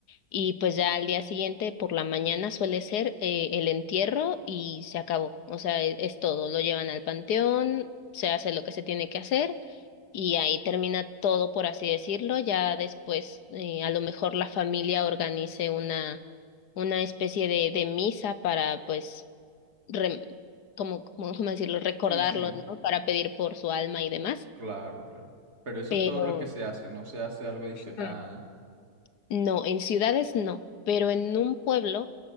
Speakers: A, on the left; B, on the right.
A: y pues ya al día siguiente por la mañana suele ser eh, el entierro y se acabó, o sea, e- es, todo, lo llevan al panteón, se hace lo que se tiene que hacer y ahí termina todo, por así decirlo, ya después eh, a lo mejor la familia organice una, una especie de, de misa para pues re como, como, ¿cómo decirlo? Recordarlo,
B: Sí, sí,
A: ¿no? Para pedir por su alma y demás.
B: claro, claro. Pero eso
A: Pero,
B: es todo lo que se hace, no se hace algo adicional.
A: Mm. No, en ciudades no, pero en un pueblo,